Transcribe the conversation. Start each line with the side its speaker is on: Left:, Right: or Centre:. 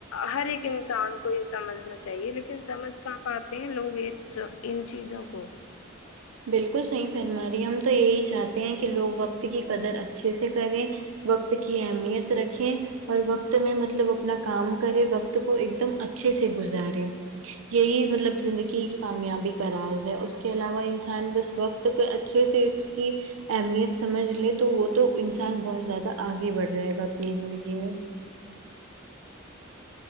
Left: ہر ایک انسان کو یہ سمجھنا چاہیے لیکن سمجھ کہاں پاتے ہیں لوگ یہ جب ان چیزوں کو
Right: بالکل صحیح فرماری ہم تو یہی چاہتے ہیں کہ لوگ وقت کی قدر اچھے سے کریں وقت کی اہمیت رکھیں اور وقت میں مطلب اپنا کام کرے وقت کو ایک دم اچھے سے گزارے یہی مطلب زندگی کی کامیابی کا راز ہے اس کے علاوہ ان س انسان بس وقت پر اچھے سے اس کی اہمیت سمجھ لے تو وہ تو انسان بہت زیادہ آگے بڑھ جائے گا اپنی زندگی میں